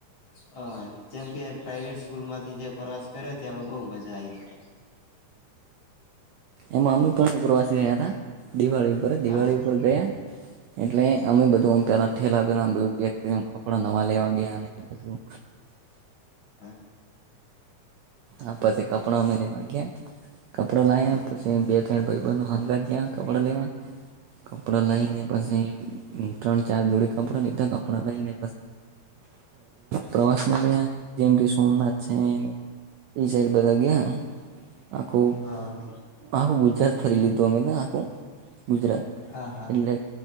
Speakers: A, on the left; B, on the right.
A: હ જેમ કે પ્રાઈવેટ સ્કૂલમાં થી જે પ્રવાસ કર્યો ત્યામાં બહ મજા આવી મને
B: એમાં અમે પણ પ્રવાસી ગયા હતા દિવાળી ઉપર દિવાળી
A: હા હા
B: ઉપર ગયા. એટલે અમે બધું પેલા ઠેલા પેલા બધું પેક કર કપડા વાલેવાગ અને બધું
A: હે.
B: હા પછી કપડા અમે લેવા ગયા. કપડા લાવ
A: હા
B: પછી બે ત્રણ ભાઈબનો હંગ જ કપડા લેવા કપડો
A: હા
B: લઈ ને પછી ત્રણ ચાર જોડી કપડો લીધો કપડો લઈને પ્રવાસમાં જેમ કે સોમનાથ છે એ સાઈડ બધા ગયા આખું
A: હા
B: આખું ગુજરાત ફરી લીધું. તો અમે તો આખું ગુજરાત
A: હા
B: એટલે